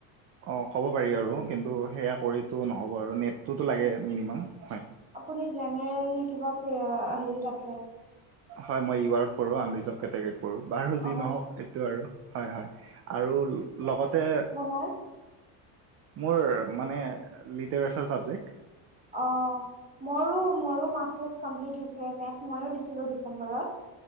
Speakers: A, on the right; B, on the right.
A: অ', ক'ব পাৰি আৰু কিন্তু সেয়া কৰিতো নহ'ব আৰু নেটটোতো লাগে মিনিমাম। হয়
B: আপুনি জেনেৰেল নে কিবা পে-হেৰিত আছে?
A: হয় মই ইউ আৰত পৰো আনৰিজাৰ্ভ কেটেগৰীত পৰো বাৰো যি
B: অ
A: নহওক এইটো আৰু হয় - হয়, আৰু লগতে
B: ঘৰ
A: মোৰ মানে লিটাৰেচাৰ ছাবজেক্ট
B: অ', মোৰো মোৰো মাষ্টাৰচ কমপ্লিট হৈছে, নেট ময়ো দিছিলোঁ ডিচেম্বৰত।